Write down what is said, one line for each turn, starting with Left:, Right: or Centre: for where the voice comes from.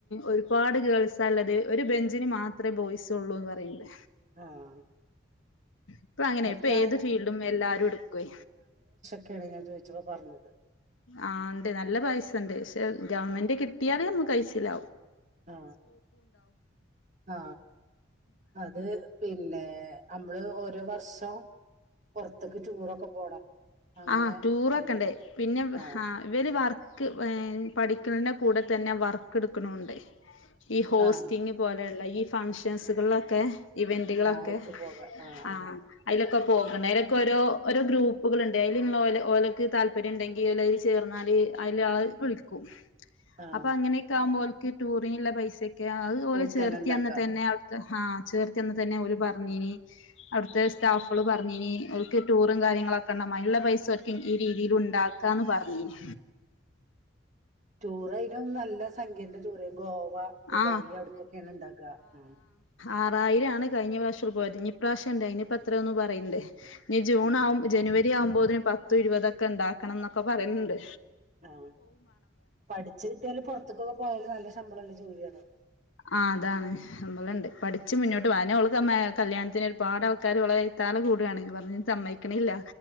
Left: ഒരുപാട് ഗേൾസ് ആ ഉള്ളത്, ഒരു ബഞ്ചിനു മാത്രമേ ബോയ്സ് ഉള്ളു എന്ന് പറയുന്നു
Right: ആഹ്
Left: ഇപ്പ അങ്ങനെ
Right: അത്
Left: ഇപ്പ
Right: ഞാൻ
Left: ഏത് ഫീൽഡും എല്ലാരും എടുക്ക്വേ
Right: ക്കെയാണ് ഞാ ചോയിച്ചപ്പോ പറഞ്ഞത്
Left: ആ ഇണ്ട് നല്ല പൈസ ഇണ്ട് ക്ഷെ ഗവൺമെന്റ് കിട്ടിയാല് കഴിച്ചിലാവും
Right: ആ ആ അത് പിന്നെ മ്മള് ഓരോ വർഷം പുറത്തേക്ക് ടൂറൊക്കെ പോണം അങ്ങനെ
Left: ആ ടൂറൊക്കണ്ടേ
Right: ഉണ്ട്
Left: പിന്നെ
Right: ആഹ്
Left: ആ ഇവര് വർ ക്ക് വേ പഠിക്കണന്റെ കൂടെ തന്നെ വർക്കെടുക്കണോണ്ട് ഈ ഹോസ്റ്റിങ്
Right: ആഹ്
Left: പോലെയുള്ള ഈ ഫംങ്ഷൻസുകളിലൊക്കെ ഇവന്റുകളൊക്കെ
Right: ആഹ് അവർക്ക് പോകാം ആഹ്
Left: ആ
Right: ആഹ്
Left: അയിലൊക്കെ പോകണേര പോരോ ഓരോ ഗ്രൂപ്പുകള്ണ്ട് അയില് മ്മള് ഓല ഓലക്ക് താല്പര്യം ഇണ്ടെങ്കില് ചേർന്നാല് അയില് വിളിക്കും
Right: ആഹ്
Left: അപ്പ അങ്ങനെയെക്കെ ആവുമ്പോൽ ക്ക് ടൂറിന്ള്ള പൈസ കെ അത്പോലെ
Right: ഓൾക്കന്നെ
Left: ചേർത്തി
Right: ഉണ്ടാക്ക
Left: അന്ന തന്നെ ഹാ ചേർത്തി അന്ന് തന്നെ ഓര് പറഞ്ഞീനി അവിടുത്തെ സ്റ്റാഫുകള് പറഞ്ഞീനി ക്ക് റ്റൂറും കാര്യങ്ങളൊക്കെ നമ്മ പൈസക്കും ഈ രീതിയിലുണ്ടാക്കാന്ന് പറഞ്ഞീനി
Right: റ്റൂറയിനും നല്ല സംഖ്യന്റെ ടൂർ ഗോവ ദുബായ്
Left: ആ
Right: അവിടക്കൊക്കെയാണ് ഇണ്ടാക്അ ആ
Left: ആറായിരാണ് കയിഞ്ഞ പ്രാവശ്യ പോയതിനി ഇനിപ്രാവശ്യം ഇണ്ട് അയിനിപ്പ എത്രയൊന്ന് പറയ്ണ്ട് നി ജൂണാവും
Right: ആഹ്
Left: ജനുവ ആവുമ്പോതിന് പത്തും ഇരുവതൊക്കെ ഇണ്ടാക്കണന്നൊക്കെ പറയണണ്ട്
Right: ആ പഠിച്ച് കിട്ടിയാല് പൊറത്ത്ക്കൊക്കെ പോയല് നല്ല ശം മ്പളൊള്ള ജോലിയാണേ
Left: ആ അതാണ് സമ്പളണ്ട് പഠിച്ച് മുന്നോട്ട് വാന അതെന്നെ <unintelligible> കല്യാണത്തിന് ഒരുപാട് ആൾക്കാരിവളെ വ്യെതാല് കൂട്വാണ് പറഞ്ഞ് സമ്മയിക്കണില്ല